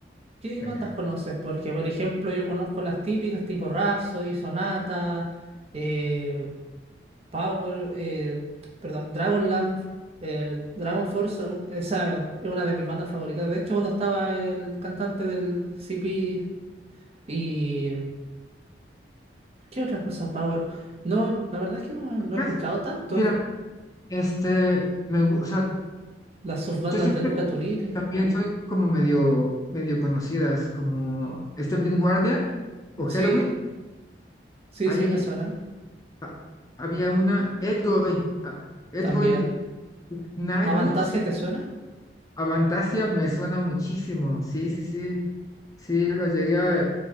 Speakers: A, on the right; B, on the left.
A: ¿qué
B: Venga.
A: bandas conoces? Porque por ejemplo yo conozco las típicas tipo Rhapsody, Sonata, eh, Power, eh, perdón, Dragonlance, eh, Dragon Force, son- esa es una de mis bandas favoritas. De hecho, cuando estaba el cantante del CP y... ¿Qué otra cosa, Power? No, la verdad es que no, no he
B: Pues,
A: escuchado tanto.
B: mira,
A: <laughs>
B: este, me, gu- o sea,
A: Las subbandas
B: yo siempre
A: de Luca Turilli.
B: también soy como medio, medio conocidas, como este Blind Guardian o Halloween.
A: Sí, sí,
B: Ahí
A: sí, me suenan
B: a- había una Edgoy, ah, Edgoy
A: también.
B: Nightwish,
A: ¿Avantasia te suena?
B: Avantasia me suena muchísimo. Sí, sí, sí. Sí, lo llegué a